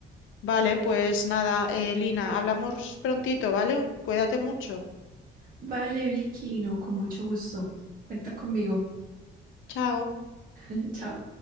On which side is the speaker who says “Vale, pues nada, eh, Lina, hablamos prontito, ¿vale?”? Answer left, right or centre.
Left